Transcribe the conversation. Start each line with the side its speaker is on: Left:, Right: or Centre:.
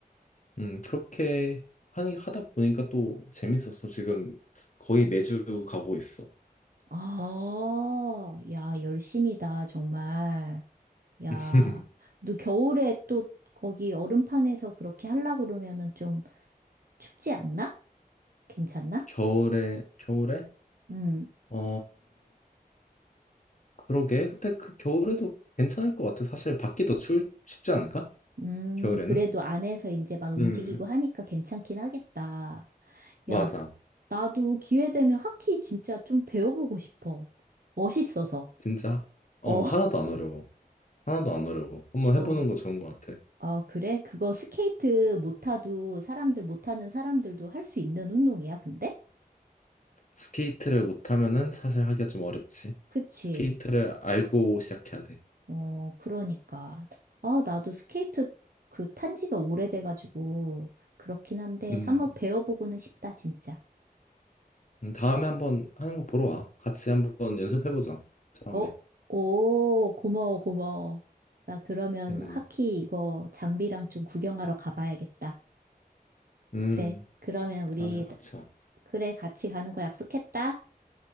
Left: 음 그렇게 하니 하다 보니까 또 재밌었어 지금 거의 매주 가고 있어
Right: 아, 야, 열심이다, 정말. 야,
Left: <laughs>
Right: 너 겨울에 또 거기 얼음판에서 그렇게 하려고 그러면은 좀 춥지 않나? 괜찮나?
Left: 겨울에 겨울에
Right: 음,
Left: 어 그러게 근데 그 겨울에도 괜찮을 것 같아 사실 밖이 더 추울 춥지 않을까
Right: 음,
Left: 겨울에는
Right: 그래도 안에서 이제 막 움직이고
Left: 음
Right: 하니까 괜찮긴 하겠다.
Left: 맞아
Right: 야, 나도 기회 되면 하키 진짜 좀 배워보고 싶어. 멋있어서.
Left: 진짜 어
Right: 어, <laughs>
Left: 하나도 안 어려워 하나도 안 어려워 한번
Right: 어.
Left: 해보는 거 좋은 것 같아
Right: 아, 그래? 그거 스케이트 못 타도 사람들 못 타는 사람들도 할 수 있는 운동이야, 근데?
Left: 스케이트를 못하면은 사실 하기가 좀 어렵지
Right: 그치.
Left: 스케이트를 알고 시작해야 돼
Right: 어, 그러니까. 아, 나도 스케이트 그 탄 지가 오래돼가지고, 그렇긴 한데,
Left: 음.
Right: 한번 배워보고는 싶다, 진짜.
Left: 음, 다음에 한번 하는 거 보러 와. 같이 한번 연습해보자. 처음에.
Right: 어, 오, 고마워, 고마워. 나 그러면
Left: 음,
Right: 하키 이거 장비랑 좀 구경하러 가봐야겠다.
Left: 음,
Right: 그래. 그러면 우리,
Left: 다음에 와, 같이 와.
Right: 그래, 같이 가는 거 약속했다.